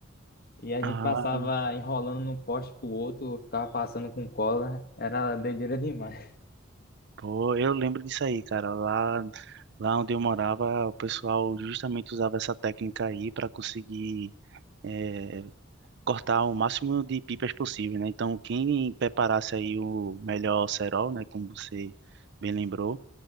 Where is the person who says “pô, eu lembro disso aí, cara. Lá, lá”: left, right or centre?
Right